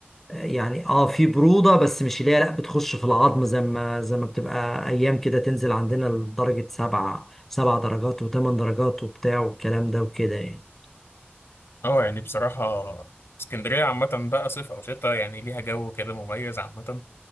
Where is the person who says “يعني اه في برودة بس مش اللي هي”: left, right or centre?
Centre